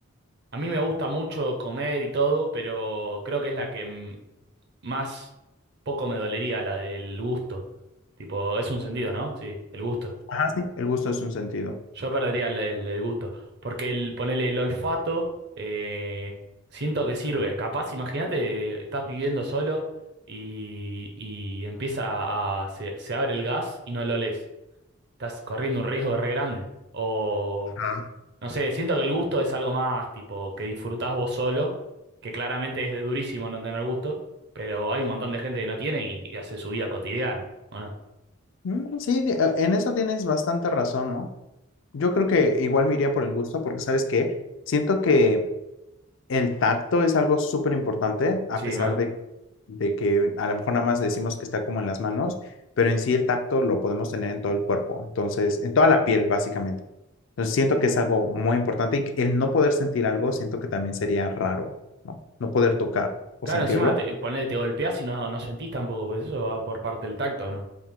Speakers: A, on the right; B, on the left.
A: a mí me gusta mucho comer y todo, pero creo que es la que m- más poco me dolería, la del gusto. Tipo, es un sentido, ¿no? Sí, el gusto.
B: ajá sí, el gusto es un sentido.
A: Yo perdería el, el- el gusto. Porque el ponerle el olfato, eh, siento que sirve. Capaz, imagínate, estás viviendo solo y, y empieza a. Se, se abre el gas y no lo lees Estás corriendo un riesgo re grande. O.
B: Ah,
A: No sé, siento que el gusto es algo más tipo que disfrutás vos solo, que claramente es durísimo no tener gusto, pero hay un montón de gente que no tiene y, y hace su vida cotidiana. Bueno,
B: Mm, sí, de- eh, en eso tienes bastante razón, ¿no? Yo creo que igual me iría por el gusto porque, ¿sabes qué? Siento que el tacto es algo súper importante, a
A: sí,
B: pesar
A: mal.
B: de, de que a lo mejor nada más decimos que está como en las manos, pero en sí el tacto lo podemos tener en todo el cuerpo, entonces, en toda la piel, básicamente. Entonces siento que es algo muy importante y el no poder sentir algo, siento que también sería raro, ¿no? No poder tocar o
A: Claro,
B: sentirlo.
A: encima te, ponele, te golpeás y no, no sentís tampoco, pues eso va por parte del tacto, ¿no?